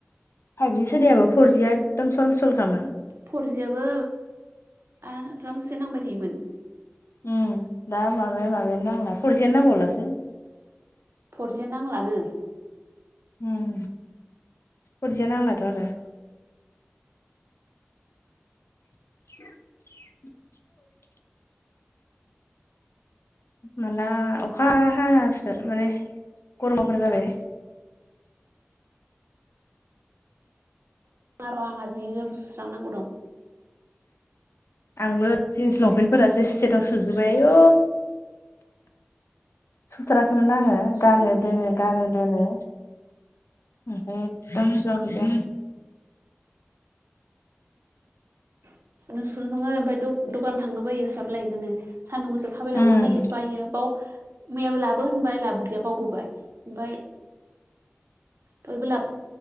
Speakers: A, on the left (about 70°); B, on the right (about 70°).
A: फाइभजि सोलियाबो फरजिया एकदम सल सलखामोन
B: फरजियाबबो आरामसे नांबाय थायोमोन
A: ओम दा माबाया माबायानो नांला फरजियानो नांबावलासो
B: फरजिया नांलानो
A: ओम‌ फरजिया नांलाथ' आरो <inaudible> माला अखा हानासो माने गरमा फोरा <unintelligible> जाबायहाय <inaudible>
B: र' आंहा जि जोम सुस्रांनांगौ दं
A: आंबो जिनस लंपेनटफोरासो सिटाव <unintelligible> सुजोबबाय आयौ सुथाराखैमोन आङो
B: सुनायानो
A: गानो
B: जायाखै
A: दोनो गानो दोनो ओम <unintelligible>
B: <inaudible> नों सुनो नङो ओमफ्राय द'खान थांनो बायो स्राब लायनोनो सानदुं गोसोयाव थाबायलांनो
A: उम
B: बायो बाव मैयाबो लाबो होनबाय लाबोदिया बावबोबाय ओमफ्राय बयबो ला <unintelligible>